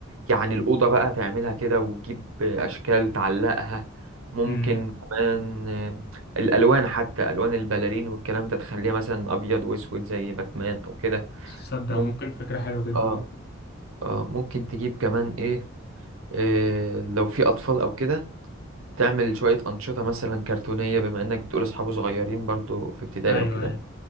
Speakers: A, on the right; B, on the left.
A: يعني الاوضه بقى تعملها كده وتجيب آه، اشكال تعلقها ممكن
B: امم
A: كمان آه، الالوان حتى الوان البلالين والكلام ده تخليها مثلا ابيض واسود زي باتمان او كده
B: تصدق
A: ممكن
B: ممكن فكره حلوه جدا
A: اه
B: آه.
A: اه ممكن تجيب كمان ايه إيه، لو في أطفال أو كده تعمل شوية أنشطة مثلا كرتونية بما إنك بتقول أصحابه صغيرين برضو في ابتدائي
B: ايوه
A: أو كده
B: ايوه